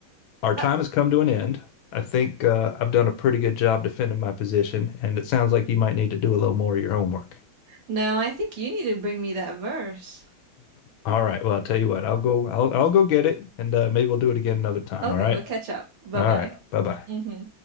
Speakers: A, on the left; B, on the right.
A: our time
B: Huh.
A: has come to an end. I think uh, I've done a pretty good job defending my position, and it sounds like you might need to do a little more of your homework.
B: No, I think you need to bring me that verse.
A: All right, well, I'll tell you what, I'll go, I'll, I'll go get it, and uh, maybe we'll do it again another time.
B: Okay,
A: All right,
B: we'll catch up. Bye
A: all
B: bye.
A: right, bye bye.
B: hmm